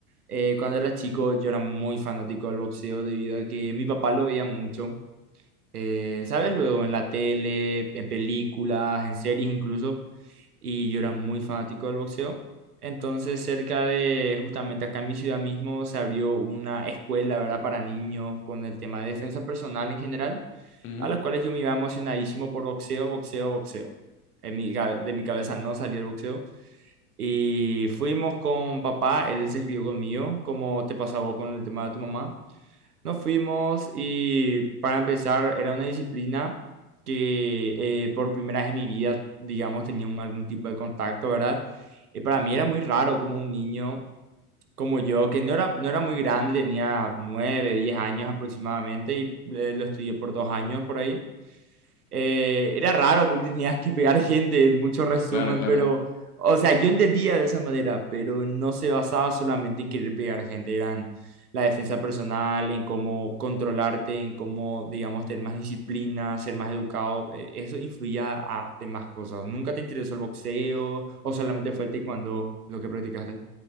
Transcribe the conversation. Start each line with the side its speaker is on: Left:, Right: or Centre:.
Right: Eh, cuando era chico yo era muy fanático del boxeo debido a que mi papá lo veía mucho. eh, ¿sabes? Luego en la tele, en películas, en series incluso, y yo era muy fanático del boxeo. Entonces, cerca de, justamente acá en mi ciudad mismo, se abrió una escuela, ¿verdad? Para niños con el tema de defensa personal en general,
Left: Ujú,
Right: a las cuales yo me iba emocionadísimo por boxeo, boxeo, boxeo. En mi, ca- de mi cabeza no salía el boxeo. Y fuimos con papá, él se escribió conmigo, como te pasó a vos con el tema de tu mamá. Nos fuimos y para empezar era una disciplina que eh, por primera vez en mi vida, digamos, tenía un- algún tipo de contacto, ¿verdad? Y para mí era muy raro como un niño como yo, que no era, no era muy grande, tenía nueve, diez años aproximadamente y eh, lo estudié por dos años por ahí eh, era raro porque tenías que pegar gente en mucho resumen,
Left: Claro, claro.
Right: pero, o sea, yo entendía de esa manera, pero no se basaba solamente en querer pegar gente, eran la defensa personal, en cómo controlarte, en cómo, digamos, tener más disciplina, ser más educado, eh, eso influía a demás cosas. ¿Nunca te interesó el boxeo o solamente fue el taekwondo lo que practicaste?